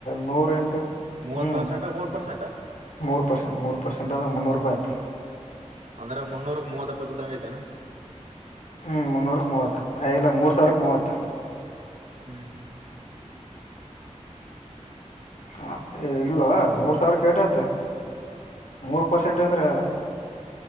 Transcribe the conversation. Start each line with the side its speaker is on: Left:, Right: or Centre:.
Left: ನೂರ ಎಂಟ <unintelligible>
Right: ಮೂವತ್
Left: ಹು
Right: ಪರ್ಸೆಂಟ್ ಮೂರ್ ಪರ್ಸೆಂಟ್
Left: ಮೂರು ಪರ್ಸೆಂಟ್ ಮೂರು ಪರ್ಸೆಂಟ್ ಅಂದ್ರ ಮುನ್ನೂರು ರೂಪಾಯಿ
Right: ಹ್ಮ್
Left: ಆಯ್ತು.
Right: ಹ್ಮ್
Left: <unintelligible>
Right: ಅಂದ್ರ ಮುನ್ನೂರಕ್ ಮೂವತ್ತ ರೂಪಾಯಿ ಬಿದ್ದಂಗ ಆಯ್ತ ಏನ್? <unintelligible>
Left: ಹೂ ಮುನ್ನುರುಕ್ಕ ಮೂವತ್ತ ಇಲ್ಲ ಮೂರ
Right: ಹ್ಮ್
Left: ಸಾವಿರಕ್ಕ ಮೂವತ್ತ. <unintelligible>
Right: ಹ್ಮ್
Left: ಹ ಇಲ್ಲ ಮೂರ ಸಾವಿರಗ ಎಸ್ಟ್ ಆತಾ? <unintelligible> ಮೂರ್ ಪರ್ಸೆಂಟ್ ಅಂದರ